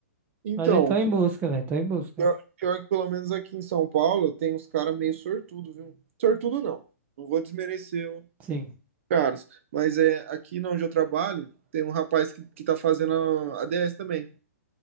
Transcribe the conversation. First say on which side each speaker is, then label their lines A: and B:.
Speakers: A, on the right; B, on the right.
A: Então,
B: Mas eu tô em busca, velho. Tô em busca.
A: pior, pior que pelo menos aqui em São Paulo tem uns caras meio sortudo, viu? Sortudo não. Não vou desmerecer os
B: Sim.
A: caras. Mas é aqui onde eu trabalho, tem um rapaz que, que tá fazendo a a ADS também.